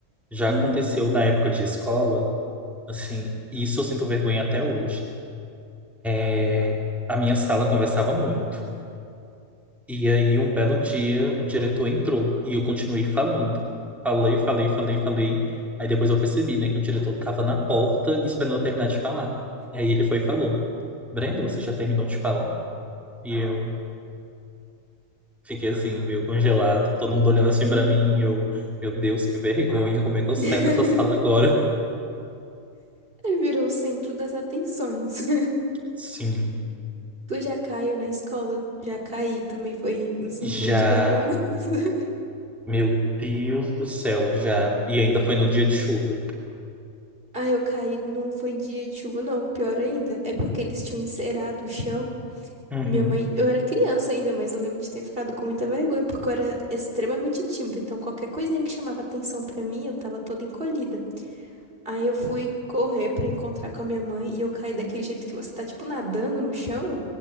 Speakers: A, in the centre; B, on the right.
A: Já
B: Uhum.
A: aconteceu na época de escola, assim, e isso eu sinto vergonha até hoje. É, A minha sala conversava muito. E aí, um belo dia, o diretor entrou e eu continuei falando. Falei, falei, falei, falei. Aí depois eu percebi, né, que o diretor estava na porta esperando eu terminar de falar. Aí ele foi e falou: Brendo, você já terminou de falar? E eu. Fiquei assim, meio congelado, todo mundo olhando assim
B: Uhum.
A: pra mim, e eu, meu Deus, que vergonha, como é que eu saio
B: <laughs>
A: dessa sala agora?
B: Virou o centro das atenções. <laughs>
A: Sim,
B: Tu já caiu na escola? Já caí também, foi assim,
A: já,
B: muito vergonhoso. <laughs>
A: meu Deus do céu, já. E ainda foi num dia de chuva.
B: Ah, eu caí, não foi dia de chuva, não. Pior ainda, é porque eles tinham encerado o chão.
A: Uhum.
B: Minha mãe, eu era criança ainda, mas eu lembro de ter ficado com muita vergonha, porque eu era extremamente tímida. Então, qualquer coisinha que chamava atenção pra mim, eu tava toda encolhida. Aí eu fui correr pra encontrar com a minha mãe e eu caí daquele jeito que você tá, tipo, nadando no chão.